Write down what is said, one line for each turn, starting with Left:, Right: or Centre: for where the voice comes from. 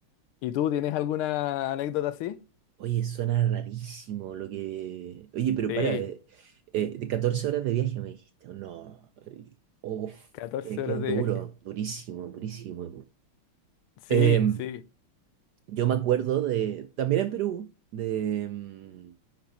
Left: ¿Y tú tienes alguna anécdota así?
Right: Oye, suena rarísimo lo que... Oye, pero
Left: Sí,
Right: para, eh, eh, de 14 horas de viaje me dijiste, o no, eh, uf,
Left: 14
Right: que, que
Left: horas
Right: es
Left: de
Right: duro,
Left: viaje.
Right: durísimo, durísimo.
Left: Sí,
Right: Em,
Left: sí.
Right: yo me acuerdo de, también en Perú, de em,